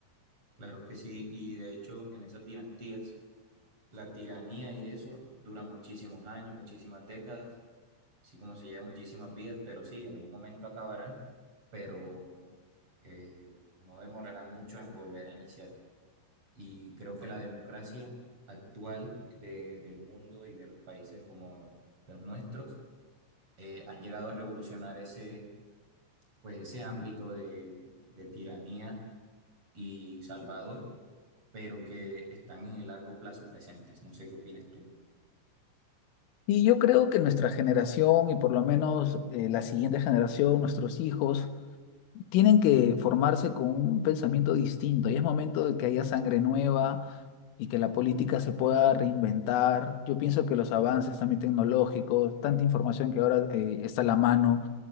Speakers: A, on the right (about 30°); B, on the left (about 85°).
A: claro que sí. Y de hecho, en esas dinastías, la tiranía y eso dura muchísimos años, muchísimas décadas, así como se lleva muchísimas vidas, pero sí, en un momento acabará, pero eh, no demorará mucho en volver a iniciar. Y creo que la democracia actual de- del mundo y de los países como los nuestros eh, han llegado a revolucionar ese, pues ese ámbito de, de tiranía y Salvador, pero que están en el largo plazo presentes. No sé qué opinas tú.
B: Y yo creo que nuestra generación y por lo menos eh, la siguiente generación, nuestros hijos, tienen que formarse con un pensamiento distinto y es momento de que haya sangre nueva y que la política se pueda reinventar. Yo pienso que los avances también tecnológicos, tanta información que ahora eh, está a la mano,